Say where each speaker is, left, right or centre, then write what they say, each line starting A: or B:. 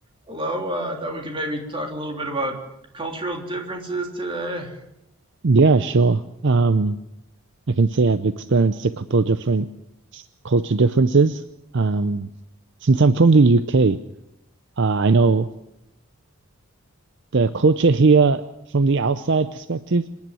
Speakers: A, on the right; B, on the right.
A: Hello, uh, I thought we could maybe talk a little bit about cultural differences today.
B: Yeah, sure. Um, I can say I've experienced a couple of different culture differences. Um, since I'm from the UK, uh, I know the culture here from the outside perspective,